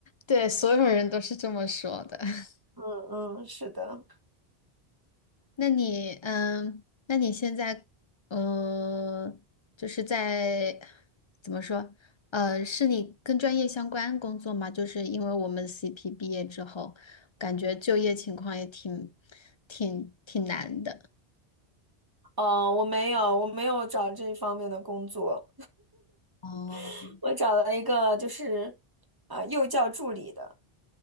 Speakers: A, on the left; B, on the right.
A: 对所有人都是这么说的。<laughs>
B: 嗯嗯，是的。
A: 那你，嗯，那你现在，嗯，就是在怎么说，呃，是你跟专业相关工作吗？就是因为我们 CP 毕业之后，感觉就业情况也挺、挺、挺难的。
B: 哦，我没有，我没有找这方面的工作，
A: 哦，
B: <laughs> 我找了一个就是啊、幼教助理的，